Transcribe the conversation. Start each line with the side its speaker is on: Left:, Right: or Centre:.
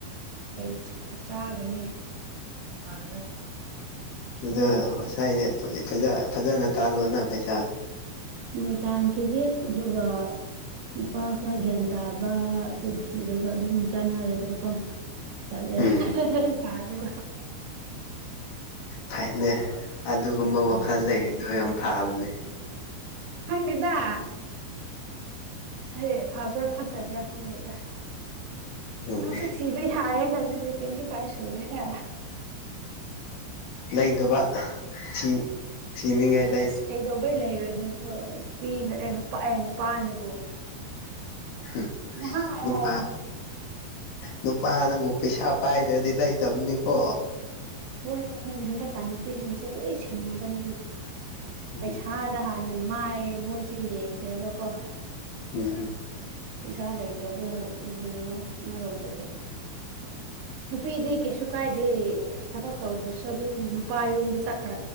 Right: ꯀꯔꯤ ꯆꯥꯒꯅꯤ ꯄꯥꯂꯒ
Left: ꯑꯗꯨꯗ ꯉꯁꯥꯏ ꯐꯖꯅ ꯇꯥꯜꯂꯣꯅ ꯄꯩꯁꯥ
Right: ꯍꯣꯏ ꯇꯥꯟꯈꯤꯒꯦ ꯑꯗꯨꯒ ꯅꯨꯄꯥ ꯈꯔ ꯒ꯭ꯌꯥꯟ ꯇꯥꯕ ꯑꯗꯨ ꯊꯤꯔꯒ ꯑꯗꯨꯝ ꯆꯥꯟꯅꯔꯗꯤꯀꯣ <unintelligible>
Left: ꯎꯝ ꯐꯩꯅꯦ ꯑꯗꯨꯒꯨꯝꯕ
Right: ꯎꯝ
Left: ꯋꯥꯈꯜ ꯂꯩꯔꯤꯗꯣ ꯌꯥꯝ ꯐꯥꯕꯅꯤ
Right: ꯈꯡꯗꯦꯗ ꯑꯩ ꯐꯕ꯭ꯔꯥ ꯐꯠꯇꯕ꯭ꯔꯥ ꯈꯪꯒꯦꯗ
Left: ꯎꯝ
Right: ꯅꯁꯨ ꯊꯤꯕ ꯌꯔꯦꯅ ꯑꯗꯨꯗꯤ ꯇ꯭ꯋꯦꯟꯇꯤ ꯐꯥꯏ ꯁꯨꯔꯦꯅ
Left: ꯂꯩꯇꯕ ꯐꯤ ꯊꯤꯅꯤꯡꯉꯥꯏ
Right: ꯑꯁ ꯀꯩꯗꯧꯕꯩ ꯂꯩꯔꯣꯏꯗꯣꯏꯅꯣꯣ ꯅꯨꯄꯤꯅ ꯑꯦ ꯅꯨꯄꯥ ꯑꯦ ꯅꯨꯄꯥꯅꯕꯨ
Left: ꯎꯝ
Right: ꯄꯨꯡꯍꯥꯏ
Left: ꯑꯣ
Right: ꯍꯥꯏꯔ
Left: ꯈ ꯅꯨꯄꯥꯅꯕꯨ ꯄꯩꯁꯥ ꯄꯥꯏꯗ꯭ꯔꯗꯤ ꯂꯩꯇꯕꯅꯤꯀꯣ
Right: ꯍꯣꯏꯅꯦ ꯍꯣꯏꯅꯦ ꯍꯟꯗꯛꯀꯥꯟ ꯅꯨꯄꯤꯁꯤꯡꯁꯦ ꯂꯣꯏ ꯁꯤꯡꯉꯕꯅꯤꯅꯦ
Left: ꯎꯝ
Right: ꯄꯩꯁꯥ ꯑꯗ ꯍꯥꯟꯅ ꯃꯥꯏ ꯃꯣꯏꯁꯦ ꯌꯦꯡꯈ꯭ꯔꯕꯀꯣ
Left: ꯎꯝ ꯍꯝ
Right: ꯄꯩꯁꯥ ꯂꯩꯇ꯭ꯔꯗꯤ ꯍꯣꯏ ꯂꯨ ꯑꯃꯔꯣꯝꯗꯗꯤ ꯅꯨꯄꯤꯗꯤ ꯀꯩꯁꯨ ꯀꯥꯏꯗꯦ ꯊꯕꯛ ꯇꯧꯗ꯭ꯔꯁꯨ ꯑꯗꯨꯝ ꯅꯨꯄꯥ ꯌꯨꯝꯗ ꯆꯠꯈ